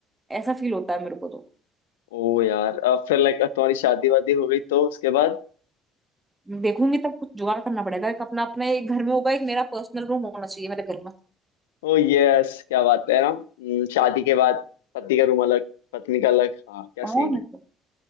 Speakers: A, on the right; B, on the left.
A: ऐसा फील होता है मेरे को तो
B: ओ यार अब फिर लाइक तुम्हारी शादी वादी हो गई तो उसके बाद
A: देखूंगी तब कुछ जुगाड़ करना पड़ेगा एक अपना अपना एक घर में होगा एक मेरा पर्सनल रूम होना चाहिए मेरे घर में
B: ओ यस क्या बात है ना हम्म, शादी के बाद पति का रूम अलग पत्नी का अलग हाँ क्या
A: और
B: सीन
A: नहीं
B: है
A: तो